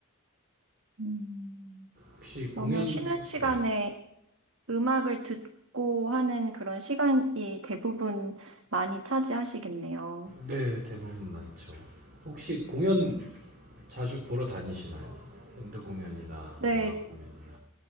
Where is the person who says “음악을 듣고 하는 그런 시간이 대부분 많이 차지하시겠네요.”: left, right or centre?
Right